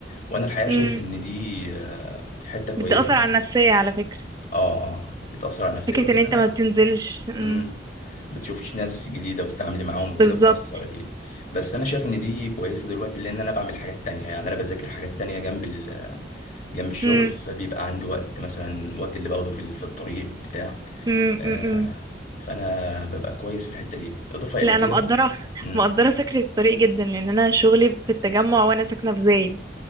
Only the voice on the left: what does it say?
وانا الحقيقه
شايف ان دي آه، حته كويسه
اه اه بتاثر على نفسي
بس
انا
امم بتشوفيش ناس جديده وتتعاملي معاهم وكده
بتاثر اكيد بس انا شايف ان دي كويسه دلوقتي لان انا بعمل حاجات تانية يعني انا بذاكر حاجات تانية جنب ال جنب الشغل
فبيبقى عندي وقت مثلا الوقت اللي باخده في في الطريق بتاع
آه
فانا ببقى كويس في الحته دي اضافه
الى كده
بقى امم